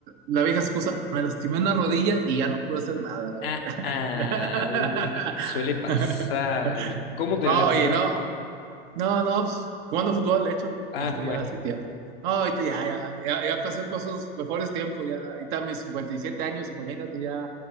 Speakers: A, on the right (about 55°); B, on the left (about 65°).
A: la vieja excusa, me lastimé una rodilla y ya no pude hacer nada.
B: Ah, ah,
A: <laughs>
B: uy, es que suele pasar. ¿Y cómo te
A: No,
B: la lastimaste?
A: oye, no. No, no, pues, jugando fútbol, de hecho,
B: Ah,
A: este,
B: bueno.
A: ya hace tiempo. No, ahorita ya, ya, ya, ya pasé por esos mejores tiempos, ya, ahorita mis 57 años, imagínate, ya,